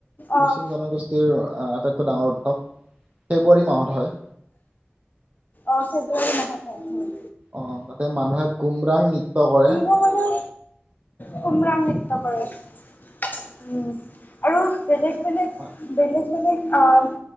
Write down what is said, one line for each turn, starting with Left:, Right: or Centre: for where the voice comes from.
Left: অ',
Right: মিচিং জনগোষ্ঠী আটাইতকৈ ডাঙৰ উৎসৱ ফেব্ৰুৱাৰী মাহত হয়।
Left: অ', ফেব্ৰুৱাৰী মাহত হয়।
Right: অ', তাতে মানুহে গুমৰাং নৃত্য কৰে।
Left: সকলেও কোমৰাং নৃত্য কৰে। উম। আৰু বেলেগ বেলেগ
Right: হয়
Left: বেলেগ বেলেগ আহ